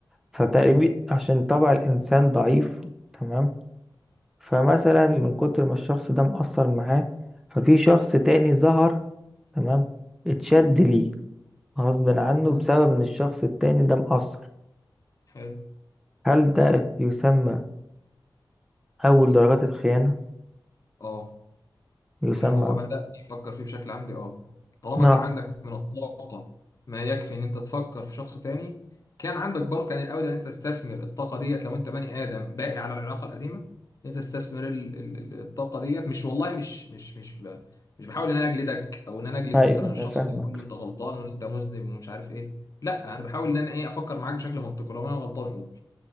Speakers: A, in the centre; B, on the left (about 45°).
A: فتقريبا
B: مم.
A: عشان طبع الإنسان ضعيف تمام فمثلا من كتر ما الشخص ده مأثر معاه ففي شخص تاني ظهر تمام اتشد ليه غصب عنه
B: مم.
A: بسبب إن الشخص التاني ده مأثر
B: حلو
A: هل ده يسمى أول درجات الخيانة؟
B: اه
A: يسمى
B: واللي هو
A: آه
B: بدأ يفكر فيه بشكل عمدي اه طالما
A: آه،
B: انت عندك من الطاقة ما يكفي ان انت تفكر في شخص تاني كان عندك بركة من الاول ان انت تستثمر الطاقة ديت لو انت بني ادم باقي على العلاقة القديمة ان انت تستثمر ال- ال- ال- الطاقة ديت مش والله مش مش مش ب... مش بحاول ان انا اجلدك او ان انا اجلد
A: أيوه
B: مثلا
A: أنا
B: الشخص
A: فاهمك
B: ده واقول له انت غلطان وان انت مذنب ومش عارف ايه لا انا بحاول ان انا ايه افكر معاك بشكل منطقي لو انا غلطان قول